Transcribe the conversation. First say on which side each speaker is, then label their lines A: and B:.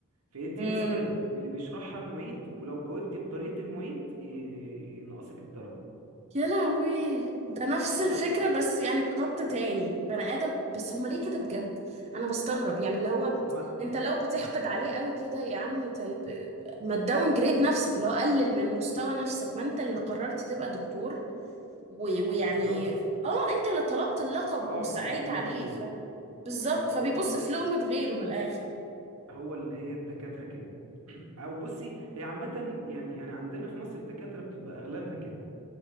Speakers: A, on the right; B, on the right.
A: فيدي
B: امم
A: أسئلة من اللي بيشرحها المعيد ولو جاوبت بطريقة المعيد ي- ي- ينقصك الدرجة
B: يا لهوي ده نفس
A: اه
B: الفكرة
A: ال-
B: بس يعني بخط تاني بني آدم بس هما ليه كده بجد أنا بستغرب يعني اللي هو
A: هما
B: أنت لو بتحقد عليه قوي كده يا عم طيب ما تداون جريد نفسك اللي هو قلل من مستوى نفسك ما أنت اللي قررت تبقى دكتور و- ويعني
A: بالظبط
B: اه انت اللي طلبت اللقب
A: اه
B: وسعيت
A: هما
B: عليه
A: ال...
B: ف بالظبط
A: هو
B: فبيبص في لقمة غيره من الاخر
A: هو ال... هي الدكاترة كده <clears throat> او بصي هي عامة يعني يعني عندنا في مصر الدكاترة بتبقى اغلبها كده